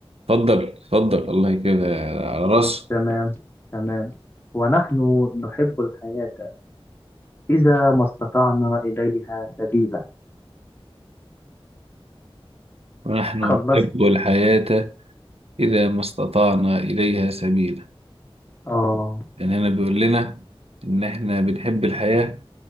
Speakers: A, on the right; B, on the left.
A: اتفضل اتفضل الله يكرمك على راسي
B: تمام تمام ونحن نحب الحياة إذا ما استطعنا إليها سبيلا
A: ونحن
B: خلصت
A: نحب الحياة إذا ما استطعنا إليها سبيلا
B: اه
A: يعني هنا بيقول لنا إن إحنا بنحب الحياة